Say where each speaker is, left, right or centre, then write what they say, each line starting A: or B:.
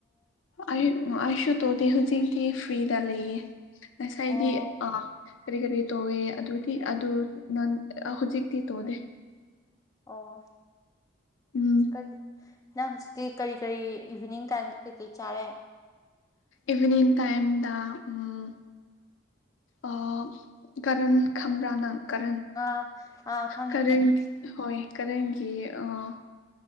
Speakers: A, on the left (about 75°); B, on the left (about 15°).
A: ꯑꯩ ꯑꯩꯁꯨ ꯇꯣꯗꯤ ꯍꯧꯖꯤꯛꯇꯤ ꯐ꯭ꯔꯤꯗ ꯂꯩꯌꯦ ꯉꯁꯥꯏꯗꯤ
B: ꯑꯣ
A: ꯑꯥ ꯀꯔꯤ ꯀꯔꯤ ꯇꯧꯋꯦ ꯑꯗꯨꯗꯤ ꯑꯗꯨ ꯅꯟ ꯍꯧꯖꯤꯛꯇꯤ ꯇꯣꯗꯦ
B: ꯑꯣ
A: ꯎꯝ
B: ꯀꯔꯤ ꯅꯪ ꯍꯧꯖꯤꯛꯇꯤ ꯀꯔꯤ ꯀꯔꯤ ꯏꯚꯤꯅꯤꯡ ꯇꯥꯏꯝ ꯀꯩꯀꯩ ꯆꯥꯔꯦ
A: ꯏꯚꯅꯤꯡ ꯇꯥꯏꯝꯗ ꯎꯝ ꯑꯣ ꯀꯔꯟ ꯈꯝꯕ꯭ꯔꯥ ꯅꯪ ꯀꯥꯔꯟ
B: ꯑꯥ ꯑꯥ ꯈꯪꯉꯦ
A: ꯀꯥꯔꯟ
B: ꯈꯪꯉꯦ
A: ꯍꯣꯏ ꯀꯔꯟꯒꯤ ꯑꯥ